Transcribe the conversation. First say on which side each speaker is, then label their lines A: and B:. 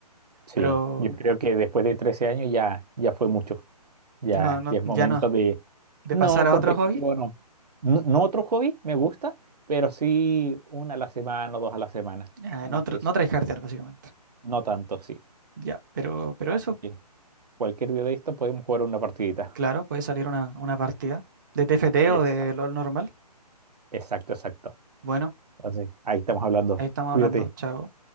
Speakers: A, on the right; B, on the right.
A: Sí,
B: Pero
A: yo creo que después de 13 años ya, ya fue mucho. Ya,
B: no, no,
A: ya es
B: ya
A: momento
B: no, de
A: No,
B: pasar a
A: competitivo
B: otro hobby,
A: no. No, no otro hobby, me gusta, pero sí una a la semana o dos a la semana.
B: a
A: Más
B: no, tra-
A: que eso,
B: no tryhardear básicamente.
A: no tanto, sí.
B: Ya, pero, pero
A: Así
B: eso,
A: que cualquier día de esto podemos jugar una partidita.
B: claro, puede salir una, una partida de TFT
A: Exacto,
B: o de LOL normal.
A: exacto, exacto.
B: Bueno,
A: Entonces, ahí estamos hablando.
B: ahí estamos
A: Cuídate.
B: hablando. Chao.